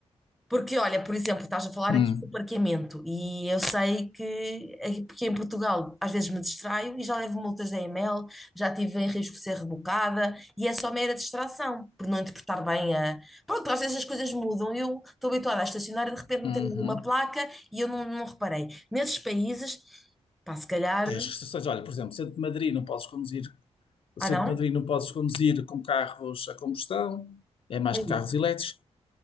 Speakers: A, in the centre; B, on the left (about 50°).
A: Porque, olha, por exemplo, estás a falar
B: Hum,
A: aqui do parqueamento e eu sei que aqui porque em Portugal às vezes me distraio e já levo multas da EML, já tive em risco de ser rebocada e é só mera distração, por não interpretar bem a... Pronto, às vezes as coisas mudam, eu estou habituada a estacionar e de repente meteram
B: uhum.
A: uma placa e eu não, não reparei. Nesses países, pá, se calhar...
B: Tens restrições. Olha, por exemplo, centro de Madrid não podes conduzir, o
A: Ah,
B: centro
A: não?
B: de Madrid não podes conduzir com carros a combustão, é mais
A: Aí.
B: que carros elétricos.